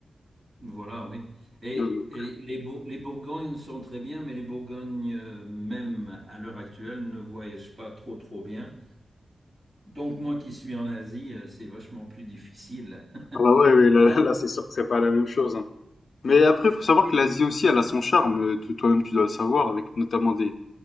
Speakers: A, on the right (about 45°); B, on the left (about 60°).
A: Voilà, oui. Et,
B: Euh,
A: et les, Bour- les Bourgognes sont très bien, mais les Bourgognes, euh, même à l'heure actuelle, ne voyagent pas trop, trop bien. Donc, moi qui suis en Asie, euh, c'est vachement plus difficile.
B: Ah bah
A: <laughs>
B: ouais, ouais, là, là, là, c'est sûr que c'est pas la même chose. hein. Mais après, faut savoir
A: Et-
B: que l'Asie aussi, elle a son charme. euh, t- Toi-même, tu dois le savoir, avec notamment des,